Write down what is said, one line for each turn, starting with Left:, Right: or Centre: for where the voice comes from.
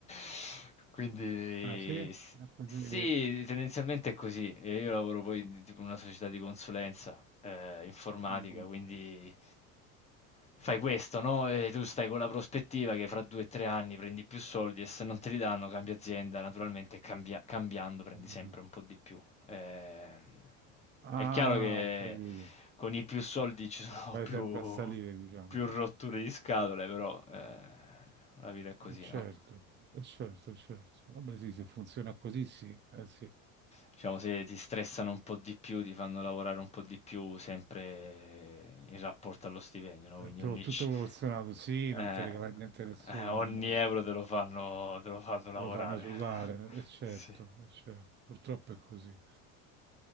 Left: <laughs> Quindi
Right: ah sì è
Left: s-
Right: così
Left: sì, tendenzialmente è così. Eh, Io lavoro poi in tipo, in una società di consulenza eh, informatica,
Right: Mhm,
Left: quindi fai questo, no? E tu stai con la prospettiva che fra due o tre anni prendi più soldi e se non te li danno cambia azienda, naturalmente cambia- cambiando prendi
Right: mhm.
Left: sempre un po' di più. Ehm,
Right: ah
Left: è chiaro che
Right: ho capito
Left: con i più soldi ci sono
Right: vai
Left: <laughs> più,
Right: sempre a salire diciamo
Left: più rotture di scatole, però eh, la vita è così,
Right: Eh, certo
Left: no?
Right: eh, certo eh, certo vabbè sì se funziona così sì eh sì
Left: Diciamo, se ti stressano un po' di più, ti fanno lavorare un po' di più, sempre in rapporto allo stipendio, no?
Right: È
Left: Quindi
Right: pro-
Left: ogni,
Right: tutto
Left: c-
Right: proporzionato sì non
Left: eh,
Right: ti regala niente a nessuno
Left: eh, ogni
Right: ormai
Left: euro te lo fanno, te lo fanno lavorare.
Right: te lo fanno usare è certo
Left: <laughs> Sì.
Right: eh, certo purtroppo è così